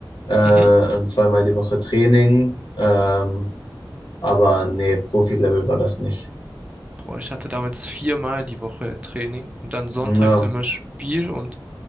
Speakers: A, on the left; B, on the right.
A: Äh,
B: Mhm.
A: und zweimal die Woche Training. Ähm, aber nee, Profi-Level war das nicht.
B: Boah, ich hatte damals viermal die Woche Training und dann sonntags
A: Na,
B: immer Spiel und